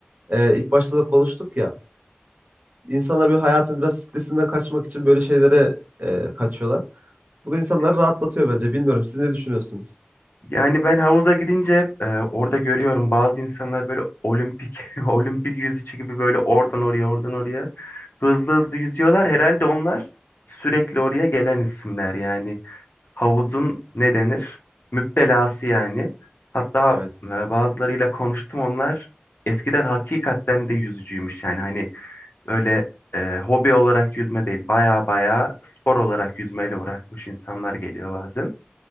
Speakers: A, on the right; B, on the left.
A: Ee, ilk başta da konuştuk ya. İnsanlar böyle hayatın biraz stresinden kaçmak için böyle şeylere e, kaçıyorlar. Bu da insanları
B: Aynen.
A: rahatlatıyor bence. Bilmiyorum. Siz ne düşünüyorsunuz?
B: Yani ben havuza gidince e, orada görüyorum bazı insanlar böyle olimpik <laughs> olimpik yüzücü gibi böyle oradan oraya oradan oraya hızlı hızlı yüzüyorlar. Herhalde onlar sürekli oraya gelen isimler yani. havuzun ne denir? Müptelası yani. Hatta
A: Evet.
B: e, bazılarıyla konuştum onlar eskiden hakikaten de yüzücüymüş yani hani böyle e, hobi olarak yüzme değil baya baya spor olarak yüzmeyle uğraşmış insanlar geliyor bazen.